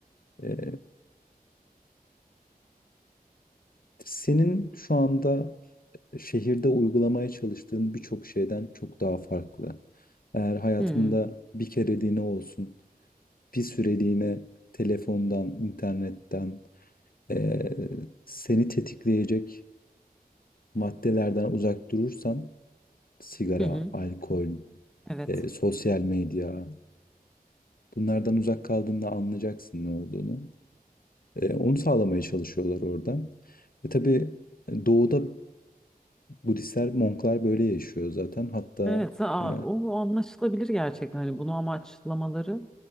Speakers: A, on the left (about 65°); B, in the centre.
A: e, senin şu anda şehirde uygulamaya çalıştığın birçok şeyden çok daha farklı. Eğer hayatında
B: Hmm.
A: bir kereliğine olsun, bir süreliğine telefondan, internetten eee, seni tetikleyecek maddelerden uzak durursan, sigara,
B: Hı hı.
A: alkol,
B: Evet.
A: eee, sosyal medya, bunlardan uzak kaldığında anlayacaksın ne olduğunu. Eee, onu sağlamaya çalışıyorlar orada. E tabii e, doğuda Budistler, Monklar böyle yaşıyor zaten. Hatta
B: Evet, aa,
A: e,
B: o anlaşılabilir gerçekten. Hani bunu amaçlamaları